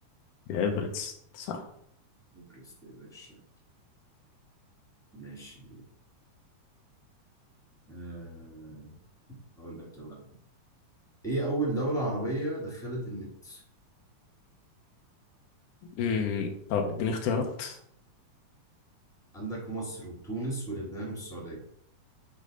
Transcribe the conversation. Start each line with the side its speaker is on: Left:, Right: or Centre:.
Left: ايفرست صح
Centre: ايفرست يا باشا ماشي آه، اقول لك طبعا ايه اول دولة عربية دخلت النت
Left: امم طب اديني اختيارات
Centre: عندك مصر وتونس ولبنان والسعودية